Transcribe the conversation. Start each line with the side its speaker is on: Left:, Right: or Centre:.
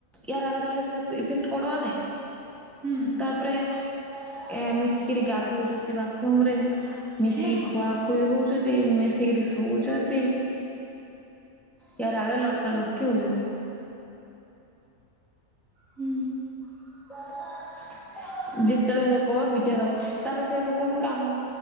Centre: ୟାର ଆଗରେ ରହିଲେ ସେଟା ଇଫେକ୍ଟ ପଡବା ନାଇଁ
Right: ହୁଁ
Centre: ତାପରେ ଏ ମିଶିକିରି ଗାଧଉଚତି ବାଥରୁମ ରେ ମିଶିକି
Right: ଛି
Centre: ଖୁଆ କୁଇ ହଉଚତି ମିଶିକିରି ସୁଉଚତି। ୟାର ଆଗରେ ଲଟକା ଲୁଟକି ହଉଚତି। <inaudible>
Right: ହୁଁ।
Centre: <unintelligible> ଯେତେବେଳେ ହେଲେ କହ ବିଝାର ହବ ତାପରେ ସେ ଲୋକ ବି କାମ